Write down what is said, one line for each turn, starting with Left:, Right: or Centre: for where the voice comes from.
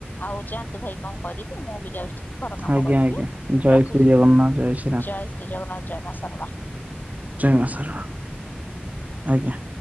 Left: ଆଉ ଯାଆନ୍ତୁ ଭାଇ କଣ କରିବି ମୁଁ ବି ଯାଉଛି ଟିକେ ଘର କାମ
Right: ଆଜ୍ଞା
Left: କରିବି
Right: ଆଜ୍ଞା ଜୟ
Left: ରଖୁଛି
Right: ଶ୍ରୀ ଜଗନ୍ନାଥ ଶ୍ରୀରାମ
Left: ଜୟ ଶ୍ରୀ ଜଗନ୍ନାଥ ଜୟ ମା ସାରଳା।
Right: ଜୟ ମା ସାରଳା ଆଜ୍ଞା।